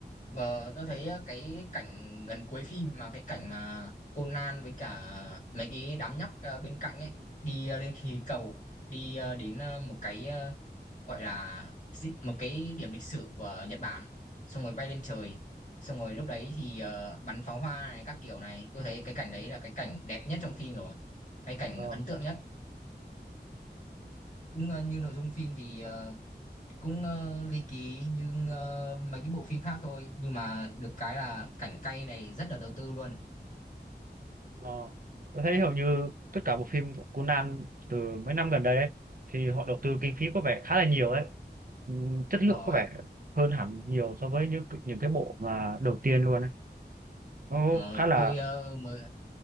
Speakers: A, on the left; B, on the right.
A: và tôi thấy ờ, cái cảnh gần cuối phim mà cái cảnh mà Conan với cả mấy cái đám nhóc ờ, bên cạnh ấy đi ờ, lên khí cầu đi ờ, đến ờ, một cái ờ, gọi là dị- một cái điểm lịch sử của Nhật Bản xong rồi bay lên trời xong rồi lúc đấy thì ờ, bắn pháo hoa này các kiểu này tôi thấy cái cảnh đấy là cái cảnh đẹp nhất trong phim rồi cái cảnh
B: Ờ.
A: ấn tượng nhất cũng ờ, như nội dung phim thì ờ, cũng ờ, ly kỳ như ờ, mấy cái bộ phim khác thôi nhưng mà được cái là cảnh cay này rất là đầu tư luôn
B: Ờ. Tôi thấy hầu như tất cả bộ phim của Conan từ mấy năm gần đây ấy, thì họ đầu tư kinh phí có vẻ khá là nhiều đấy. Ừm, Chất
A: đúng
B: lượng
A: rồi
B: có vẻ hơn hẳn nhiều so với những cái- những cái bộ mà đầu tiên luôn ấy. Nó
A: Ờ,
B: khá là
A: tôi ờ, mới